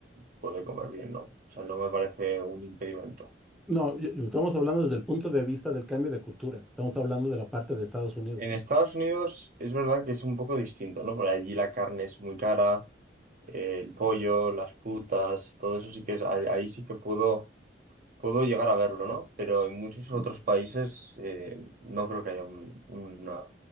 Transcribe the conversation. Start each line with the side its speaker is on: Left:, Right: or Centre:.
Right: puede comer bien, ¿no? O sea, no me parece un impedimento.
Centre: No, yo- yo- estamos hablando desde el punto de vista del cambio de cultura, estamos hablando de la parte de Estados Unidos.
Right: En Estados Unidos es verdad que es un poco distinto, ¿no? Por allí la carne es muy cara, eh, el pollo, las frutas, todo eso sí que es, ahí, ahí sí que puedo, puedo llegar a verlo, ¿no? Pero en muchos otros países eh, no creo que haya un, una-